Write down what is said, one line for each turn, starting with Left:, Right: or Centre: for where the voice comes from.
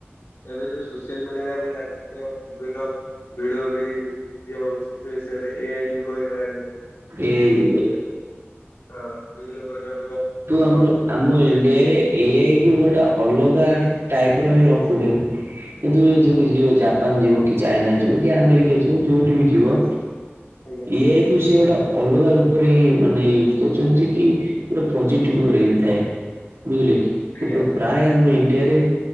Left: ଏବେ ଯୋଉ ସୋସିଆଲ ମିଡିଆରେ ଆପଣ ଜାଣିଛନ୍ତି ତ ବିଭିନ୍ନ ଭିଡଓ ବି ଇଏ ହଉଛି ଏସାରେ ଏଆଇ ଯୁଗ ହେଇଗଲାଣି।
Right: ଏଆଇ ଯୁଗ
Left: ହଁ ବିଭିନ୍ନ ପ୍ରକାରାର
Right: ଆମ
Left: ଜପ୍।
Right: ଆମ ଇଣ୍ଡିଆରେ ଏଆଇ କୁ ଗୋଟେ ଅଲଗା ଟାଇପ୍ ର ହିଁ ରଖୁଚନ୍ତି। କିନ୍ତୁ ଯଦି ଯିଏ ଜାପାନ ଯିବ କି ଚାଇନା ଯିବ କି ଆମେରିକା ଯିବ ଯୋଉଠି ବି ଯିବ
Left: ଆଜ୍ଞା
Right: ଏଆଇ କୁ ସିଏ ଗୋଟେ ଅଲଗା ରୂପରେ ମାନେ ୟୁଜ କରୁକନ୍ତି ଜେକି ଗୋଟେ ପଜିଟିଭରେ ଥାଏ ବୁଝିଲେ କି
Left: ଆଜ୍ଞା
Right: କିନ୍ତୁ ପ୍ରାୟ ଆମ ଇଣ୍ଡିଆରେ